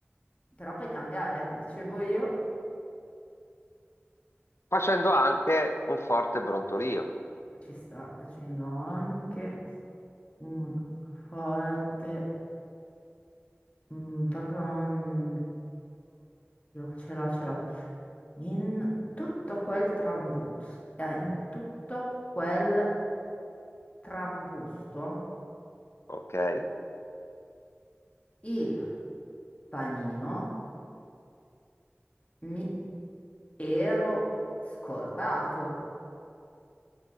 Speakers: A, on the left; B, on the left.
A: Però puoi cambiare. Dicevo io.
B: Facendo anche un forte brontolio,
A: Ci sta facendo anche. un forte mm, brontolio. Ce l'ho, ce l'ho. In tutto quel trambusto, eh, in tutto quel trambusto,
B: ok?
A: il panino mi ero scordato.